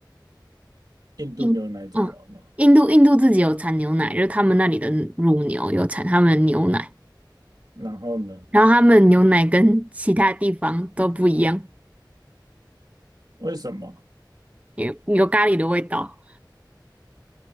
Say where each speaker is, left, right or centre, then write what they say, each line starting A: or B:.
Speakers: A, on the right; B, on the right.
A: 印度牛奶怎么了？
B: 印，嗯，印度印度自己有产牛奶，就是他们那里的乳牛有产他们的牛奶，
A: 然后呢？
B: 然后他们牛奶跟其他地方都不一样，
A: 为什么？
B: 有有咖喱的味道。